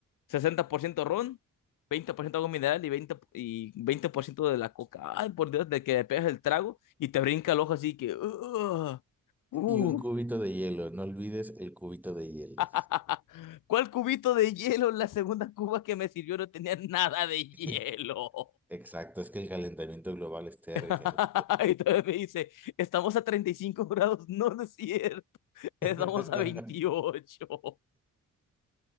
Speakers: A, on the left; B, in the centre.
A: sesenta por ciento ron, 20% agua mineral y 20, y 20% de la coca. Ay, por Dios, de que le pegas el trago y te brinca el ojo así que... "Ugh, uh".
B: Y un cubito de hielo, no olvides el cubito de hielo.
A: <laughs> ¿Cuál cubito de hielo? La segunda cuba que me sirvió no tenía nada de hielo.
B: <laughs> Exacto, es que el calentamiento global está
A: <laughs>
B: derritiendo.
A: Y todavía me dice, estamos a 35 grados, no, no es cierto, <laughs> estamos
B: <laughs>
A: a 28".